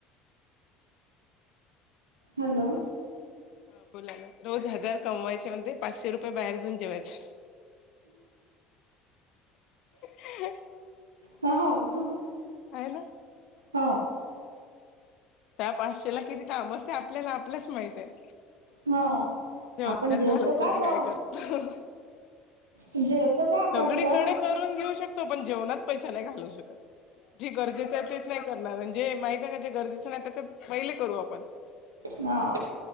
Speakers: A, on the right; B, on the left.
A: हॅलो
B: हा बोला ना रोज हजार कमवायचे म्हणते पाचशे रुपये बाहेर जाऊन जेवायचे. <inaudible>
A: ह हो
B: आहे ना
A: हो
B: त्या पाचशे ला किती काम असते आपल्याला आपलचं माहित आहे
A: हो
B: जेवण्यात
A: आपण जेवतो
B: घालवतो
A: का
B: की
A: जाऊन
B: काय करतो?
A: जेवतो का? आपण
B: सगळीकडे
A: जाऊन
B: करून घेऊ शकतो पण जेवणात पैसा नाही घालवू शकत जे गरजेचं आहे तेच नाही करणार अन जे माहित आहे ना जे गरजेचं नाही त्याच्यात पहिले करू आपण
A: ह